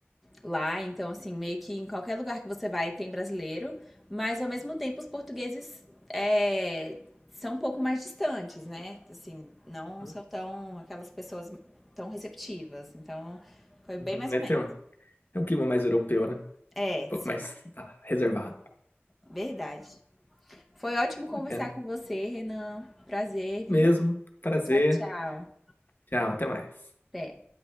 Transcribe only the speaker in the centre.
lá, então assim, meio que em qualquer lugar que você vai tem brasileiro, mas ao mesmo tempo os portugueses é, são um pouco mais distantes, né? Assim, não
são tão aquelas pessoas tão receptivas. Então, foi
bem mais
ou menos.
É,
sim,
verdade. Foi ótimo conversar
com você, Renan. Prazer,
viu?
Tchau, tchau.
Até.